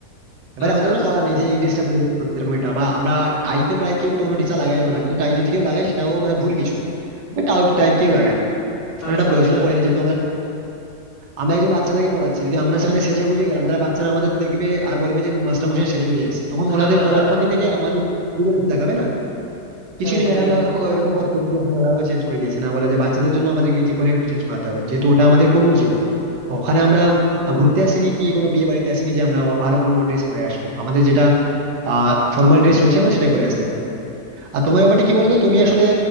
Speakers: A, on the right (about 85°); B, on the left (about 50°).
A: এবার
B: আচ্ছা
A: আমাদের কোনো
B: আচ্ছা
A: কালার নেই যে এই ড্রেসটা পরে পরবে সেরকম এটা বা আমরা টাই তো প্রায় কেউ কোনো টিচার লাগাইও না কিন্তু টাই যদি কেউ লাগায় সেটাও মানে ভুল কিছু না তবে টাই টাই কেউ লাগায় না কারণ
B: আচ্ছা
A: এটা প্রয়োজনও
B: আচ্ছা
A: পড়ে না যেহেতু আমরা আমরা একজন বাচ্চাদেরকে পড়াচ্ছি যদি আমরা সেখানে সেজে গুজে গেলাম তাহলে বাচ্চারা আমাদের দেখবে আর বলবে যে মাস্টারমশাই সেজে গুজে এসেছে তখন
B: <laughs>
A: ওনাদের পড়ার প্রতি থেকে আমাদের দিকে বেশি তাকাবে না কিছু
B: হ্যাঁ
A: কিছু ম্যাডামরা
B: হ্যাঁ হ্যাঁ
A: এরকম করতে ওরাও চেঞ্জ করে দিয়েছে না বলে যে বাচ্চাদের জন্য আমাদেরকে নিজে করে একটু চেঞ্জ করাতে হবে যেহেতু ওটা আমাদের কর্মজীবন ওখানে আমরা ঘুরতে আসিনি কি কোনো বিয়ে বাড়িতে আসিনি যে আমরা ভালো কোনো ড্রেস পরে আসবো আমাদের যেটা আহ ফর্মাল ড্রেস রয়েছে আমরা সেটা পরে আসতে পারি আর তোমার ব্যাপারটা কি বলতো তুমি আসলে